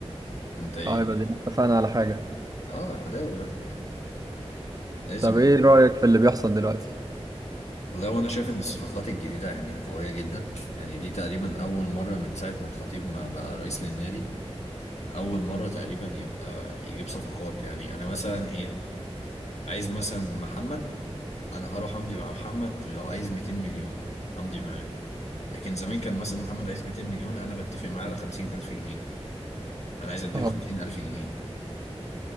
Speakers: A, on the left (about 80°); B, on the right (about 35°).
A: انت ايه
B: طيب ادينا اتفقنا على حاجة
A: اه اهلاوي بقى يعني لازم
B: طب ايه رأيك في اللي بيحصل دلوقتي؟
A: والله وانا شايف ان الصفقات الجديدة يعني قوية جدا يعني دي تقريبا اول مرة من ساعة ما الخطيب ما بقى رئيس للنادي اول مرة تقريبا يبقى يجيب صفقات يعني انا مثلا ايه عايز مثلا محمد انا هروح امضي مع محمد لو عايز 200 مليون امضي معاه لكن زمان كان مثلا محمد عايز 200 مليون انا بتفق معاه على 50000 جنيه انا عايز اديله
B: اه
A: 50000 جنيه